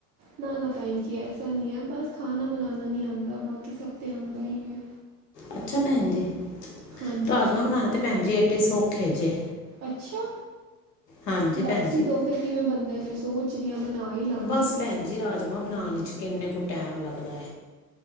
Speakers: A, on the right (about 35°); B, on the left (about 80°).
A: ਨਾ-ਨਾ ਭੈਣ ਜੀ ਐਸਾ ਨੀ ਐ, ਬਸ ਖਾਨਾ ਬਨਾਨਾ ਨੀ ਆਂਦਾ ਬਾਕੀ ਸਭ ਤਾਂ ਆਂਦਾ ਈ ਐ।
B: ਅੱਛਾ ਭੈਣ ਜੀ,
A: ਹਾਂਜੀ
B: ਰਾਜਮਾਂਹ
A: ਭੈਣ
B: ਬਨਾਨੇ ਤੇ ਭੈਣ ਜੀ ਐਡੇ ਸੋਖੇ ਜੇ।
A: ਅੱਛਾ!
B: ਹਾਂਜੀ ਭੈਣ
A: ਦੱਸ ਹੀ
B: ਜੀ
A: ਦੋ ਫੇਰ ਕਿਵੇਂ ਬਣਦੇ ਨੇ ਸੋਚ ਸੋਚ ਰਹੀ ਆਂ ਬਨਾ ਈ ਲਾਂਗੀ
B: ਬਸ
A: ਫੇਰ
B: ਭੈਣ ਜੀ ਰਾਜਮਾਂਹ ਬਨਾਨ 'ਚ ਕਿੰਨੇ ਕੁ ਟੈਮ ਲੱਗਦਾ ਐ।